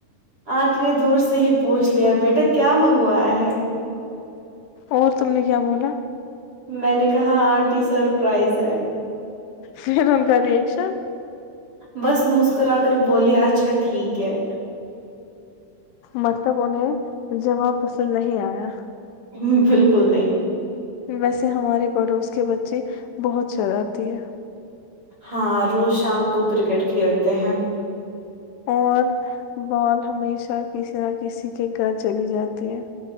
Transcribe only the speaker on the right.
آنٹی نے دور سے ہی پوچھ لیا بیٹا کیا منگوایا ہے
میں نے کہاں آنٹی سرپرائز ہے
بس مسکرا کر بولی اچھا ٹھیک ہے
ھم بالکل نہیں
ہاں روز شام کو کرکٹ کھیلتے ہیں